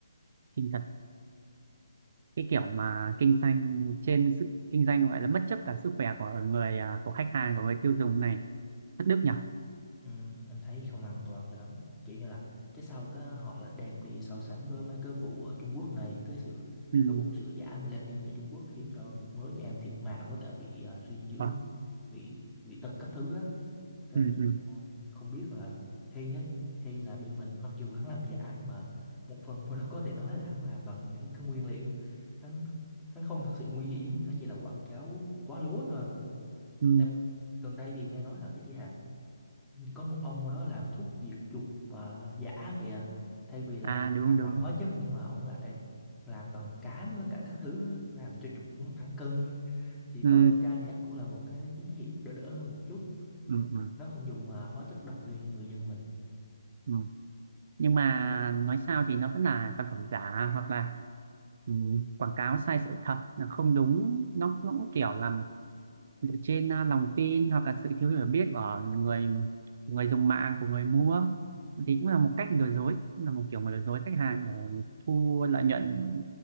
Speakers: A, on the right (about 45°); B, in the centre.
A: kinh thật cái kiểu mà kinh doanh trên sức kinh doanh gọi là bất chấp cả sức khỏe của người à, của khách hàng của người tiêu dùng này thất đức nhỉ
B: Ừ, em thấy không an toàn cho lắm kiểu như là cái sau cái họ lại đem đi so sánh với mấy cái vụ ở Trung Quốc này cái sự
A: ừ.
B: cái vụ sữa giả melanin ở Trung Quốc khiến cho một mớ trẻ em thiệt mạng với cả bị à, suy dinh dưỡng
A: Vâng.
B: bị bị tật các thứ á cái
A: Ừ,
B: nhị
A: ừ,
B: đang không biết là Hiên ấy Hiên là bên mình mặc dù hắn làm giả nhưng mà một phần mua đó có thể nói là hắn làm bằng những cái nguyên liệu hắn hắn không thực sự nguy hiểm hắn chỉ là quảng cáo quá lố thôi
A: ừ.
B: em gần đây thì nghe nói là cái chị Hà có một ông ở đó làm thuốc diệt chuột và giả kìa. Thay vì là
A: à đúng
B: làm
A: đúng
B: bằng hóa chất nhưng mà ông lại làm bằng cám với cả các thứ làm cho chuột cũng tăng cân. Thì
A: ừ.
B: thôi ít ra thì hắn cũng là một cái tín hiệu đỡ đỡ hơn một chút.
A: Ừ, ừ,
B: Nó không dùng à, hóa chất độc lên người dân mình.
A: ừ. nhưng mà nói sao thì nó vẫn là sản phẩm giả hoặc là ừ, quảng cáo sai sự thật là không đúng nó nó cũng kiểu làm dựa trên à, lòng tin hoặc là sự thiếu hiểu biết của người người dùng mạng của người mua thì cũng là một cách lừa dối cũng là một kiểu mà lừa dối khách hàng để thu lợi nhuận